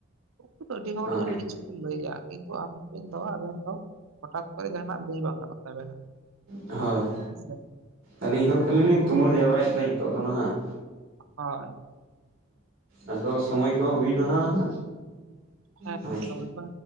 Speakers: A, on the right; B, on the right.
A: ᱩᱱᱠᱩ ᱫᱚ ᱟᱹᱰᱤ ᱦᱚᱲ
B: ᱦᱳᱭ
A: ᱟ. ᱰᱤ ᱠᱤᱪᱷᱩ ᱠᱚ ᱞᱟᱹᱭᱼᱟ ᱠᱤᱱᱛᱩ ᱟᱵᱤᱱ ᱫᱚ ᱟᱵᱤᱱ ᱫᱚ ᱦᱚᱴᱟᱛ ᱠᱚᱨᱮ ᱡᱟᱦᱟᱱᱟᱜ ᱞᱟᱹᱭ ᱵᱟᱝ ᱜᱟᱱᱚᱜ ᱛᱟᱵᱮᱱᱟ
B: ᱦᱳᱭ
A: ᱦᱮᱸᱥᱮ
B: ᱟᱞᱤᱧ ᱦᱚᱸ ᱠᱷᱟᱹᱞᱤ ᱞᱤᱧ ᱛᱩᱢᱟᱹᱞ ᱡᱟᱣᱨᱟ ᱭᱮᱫᱟᱹᱧ ᱱᱤᱛᱚᱜ ᱫᱚ ᱱᱟᱜ ᱦᱮᱸ
A: ᱦᱳᱭ
B: ᱟᱫᱚ ᱥᱚᱢᱚᱭ ᱠᱚᱦᱚᱸ ᱦᱩᱭ ᱮᱱᱟ ᱦᱟᱸᱜ
A: ᱦᱮᱸ
B: ᱦᱳᱭ
A: ᱦᱮᱸ ᱥᱚᱢᱚᱭ ᱠᱚ